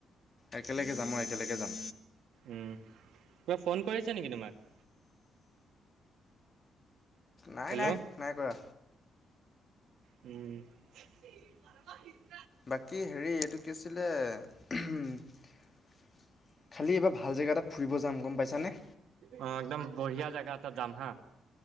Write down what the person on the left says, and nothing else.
একেলগে যাম মই একেলগে যাম।
নাই
নাই নাই কৰা।
বাকী হেৰি এইটো কি আছিলে। খালি এইবাৰ ভাল জেগা এটাত ফুৰিব যাম গম পাইছানে।